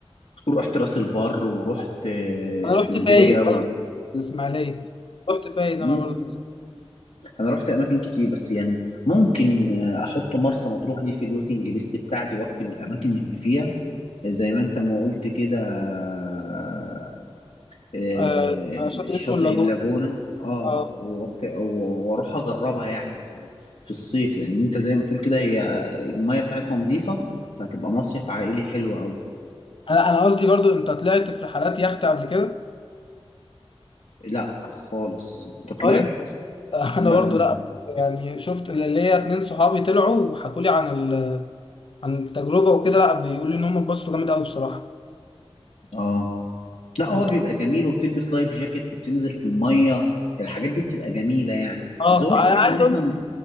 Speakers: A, on the left; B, on the left.
A: ورحت راس البر ورحت آه،
B: انا
A: اسكندرية
B: رحت فايد
A: و...
B: برضه الاسماعيليه رحت فايد
A: مم.
B: انا برضه
A: انا رحت اماكن كتير بس يعني ممكن آه، احط مرسى مطروح دي في الويتنج ليست بتاعتي واكتب الاماكن اللي فيها زي ما انت ما قلت كده آه، آه،
B: آه شاطئ
A: الشاطئ
B: اسمه اللاجون
A: اللاجونة اه
B: اه
A: وأكت- و- واروح اجربها يعني في ال- في الصيف لان انت زي ما تقول كده هي المية بتاعتها نظيفة فهتبقى مصيف عائلي حلو قوي
B: انا انا قصدي برضو انت طلعت في رحلات يخت قبل كده
A: لا خالص انت طلعت
B: خالص <laughs> انا
A: لا
B: برضو لا بس يعني شفت اللي اللي هي اتنين صحابي طلعوا وحكوا لي عن ال... عن التجربه وكده لا بيقولوا لي ان هم اتبسطوا جامد قوي بصراحه
A: اه لا هو
B: انت
A: بيبقى جميل وبتلبس لايف جاكيت وبتنزل في المية الحاجات دي بتبقى جميلة يعني
B: اه
A: بس هو
B: انا
A: الفكرة
B: عايز
A: ان احنا
B: اقول لك
A: م-